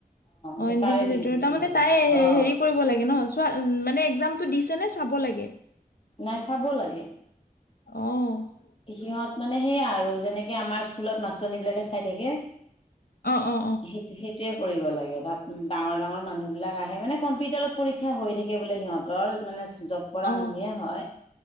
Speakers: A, on the left; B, on the left.
A: অ'
B: সেই
A: ইনভিজিলেটাৰ
B: তাৰে ডিউটিটো
A: তাৰমানে তাই হে
B: অ
A: হেৰি কৰিব লাগে ন। তোমাৰ মানে এক্সামটো দিছে নে চাব লাগে।
B: তাই চাব লাগে।
A: অঁ' অ।
B: সিহঁত মানে সেয়া আৰু যেনেকে আমাৰ স্কুলত মাষ্টৰনীবিলাকে চাই থাকে।
A: অঁ' অ'।
B: সেই সেইটোৱে কৰিব লাগে তাত ডাঙৰ-ডাঙৰ মানুহ বিলাক আহে মানে কম্পিউটাৰত পৰীক্ষা হৈ থাকে বোলে সিহঁতৰ। তই যিমানে জব কৰা
A: অ
B: মানুহে হয়